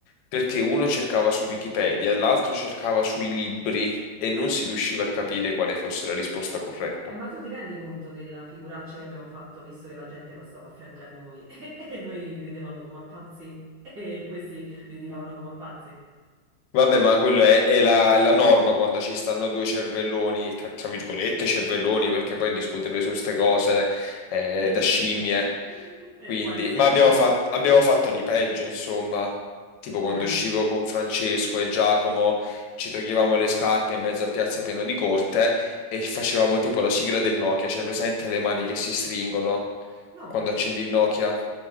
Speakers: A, on the left; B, on the right.
A: perché uno cercava su Wikipedia e l'altro cercava sui libri e non
B: cioè,
A: si riusciva a capire quale fosse la risposta corretta.
B: eh, ma tu ti rendi conto della figuraccia che abbiamo fatto visto che la gente passava a fianco a noi <laughs> e, e noi ridevamo come a pazzi e questi litigavano come a pazzi?
A: Vabbè, ma quello è, è la, la norma quando ci stanno due cervelloni, tra, tra virgolette cervelloni, perché poi discutere su queste cose è
B: <laughs>
A: da scimmie.
B: Per
A: Quindi,
B: quali siamo?
A: ma abbiamo fat- abbiamo fatto di peggio, insomma. Tipo quando
B: Eh,
A: uscivo con Francesco e Giacomo, ci toglievamo le scarpe in mezzo a Piazza Pieno di Corte e facevamo tipo la sigla del Nokia, cioè presente le mani che si stringono
B: no.
A: quando accendi il Nokia?